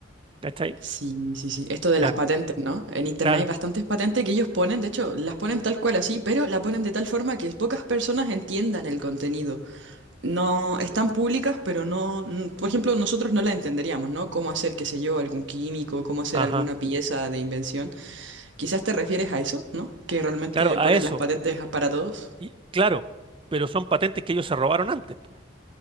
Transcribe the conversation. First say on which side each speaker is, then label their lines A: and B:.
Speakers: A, on the right (about 25°); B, on the right (about 70°).
A: ¿cachai?
B: Sí, sí, sí. Esto de
A: Claro,
B: las patentes, ¿no? En internet
A: claro,
B: hay bastantes patentes que ellos ponen, de hecho, las ponen tal cual así, pero la ponen de tal forma que pocas personas entiendan el contenido. No, están públicas, pero no, n- por ejemplo, nosotros no la entenderíamos, ¿no? Cómo hacer, qué sé yo, algún químico, cómo hacer
A: ajá,
B: alguna pieza de invención. Quizás te refieres a eso, ¿no? Que realmente
A: claro,
B: ponen
A: a eso,
B: las patentes para todos.
A: y, claro, pero son patentes que ellos se robaron antes, po.